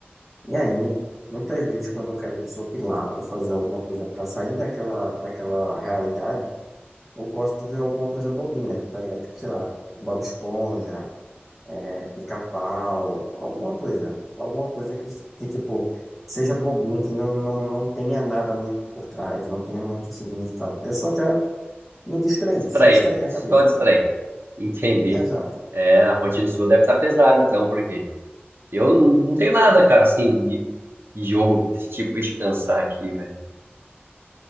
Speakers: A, in the centre; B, on the right.
A: E aí, muitas vezes quando eu quero desopilar ou fazer alguma coisa para sair daquela, daquela realidade, Eu gosto de ver alguma coisa bobinha, tá ligado? Sei lá, Bob Esponja, é, Pica-Pau, alguma coisa. Alguma coisa que, que, tipo, seja bobinha, que não, não, não tenha nada muito por trás, não tenha muito significado. Eu só quero me distrair,
B: Distrair,
A: só distrair
B: só
A: a cabeça,
B: distrair.
A: sabe?
B: Entendi.
A: Exato.
B: É, a rotina sua deve estar pesada, então, porque eu não não tenho nada, cara, assim, de, de jogo desse tipo, deixa eu pensar aqui, velho.